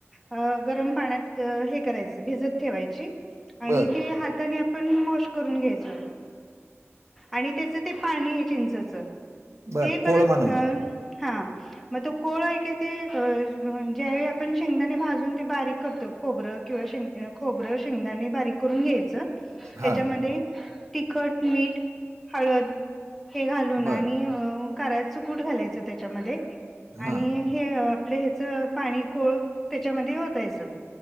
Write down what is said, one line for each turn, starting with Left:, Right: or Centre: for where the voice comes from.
Centre: अं गरमं पाण्यांत हे करायचं भिजतं ठेवांयची आणि
Right: बर
Centre: ती हातांने आपणं करूं घ्यायचं आणि त्याचं ते पाणी आहे चिंचच
Right: बर
Centre: ते
Right: कोळ
Centre: परंत
Right: म्हणायचं
Centre: अं हां मंग तो कोळं आहे की ते ज्यांवेळी आपणं शेंगदांणे भाजूंन ते बारीक करतो खोबरं किंवा शेंगदाणे खोबरं शेंगदाणे बारीक करूंन घ्यायचं
Right: हां
Centre: त्यांच्यामध्ये तिखंट मीठ हळंद हे घालूंन
Right: बर
Centre: आणि करांयच कूंट घालायचं त्यांच्यामध्ये
Right: हां
Centre: आणि हे आपलं ह्यांचं पाणी कोळं त्यांच्यामध्ये ओतांयचं